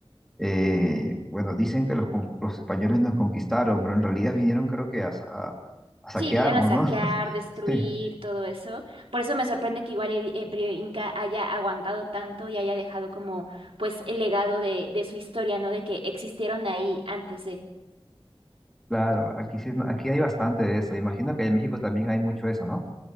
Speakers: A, in the centre; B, on the right.
A: Eh, bueno, dicen que los, con- los españoles nos conquistaron, pero en realidad vinieron creo que a, sa- a- a saquearnos,
B: Sí, vinieron a saquear,
A: ¿no? <laughs>
B: destruir,
A: Sí,
B: todo eso. Por eso me sorprende que igual el Imperio Inca haya aguantado tanto y haya dejado como pues el legado de, de su historia, ¿no? De que existieron ahí antes de...
A: claro, aquí, sí, es- aquí hay bastante de eso. Imagino que en México también hay mucho eso, ¿no?